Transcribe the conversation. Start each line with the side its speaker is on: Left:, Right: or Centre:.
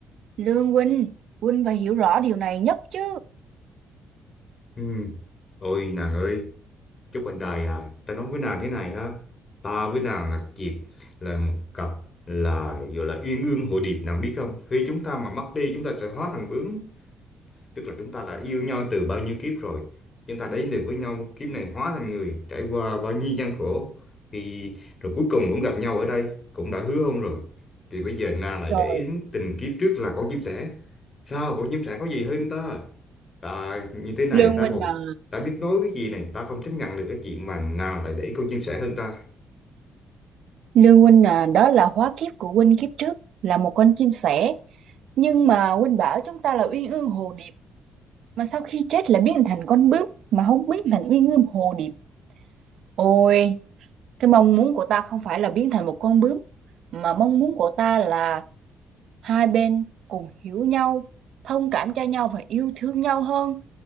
Right: Lương huynh, huynh phải hiểu rõ điều này nhất chứ.
Left: Ừ. Ôi nàng ơi! chúc bạn đời à ta nói với nàng thế này ha ta với nàng là dịp là một cặp là gọi là uyên ương hội điệp nàng biết không khi chúng ta mà mất đi chúng ta sẽ hóa thành bướm tức là chúng ta đã yêu nhau từ bao nhiêu kiếp rồi chúng ta đến được với nhau kiếp này hóa thành người trải qua bao nhiêu gian khổ thì rồi cuối cùng cũng gặp nhau ở đây cũng đã hứa hôn rồi thì bây giờ nàng lại
Right: Rồi,
Left: để tình kiếp trước là con chim sẻ sao con chim sẻ có gì hơn ta ta như thế này
Right: Lương
Left: ta
Right: Huynh
Left: còn
Right: à,
Left: ta biết nói cái gì này ta không chấp nhận được cái chuyện mà nàng lại để con chim sẻ hơn ta
Right: Lương huynh à, đó là hóa kiếp của huynh kiếp trước là một con chim sẻ, nhưng mà huynh bảo chúng ta là uyên ương hồ điệp mà sau khi chết lại biến thành con bướm mà không biến thành uy ngưỡng hồ điệp ôi cái mong muốn của ta không phải là biến thành một con bướm mà mong muốn của ta là hai bên cùng hiểu nhau thông cảm cho nhau và yêu thương nhau hơn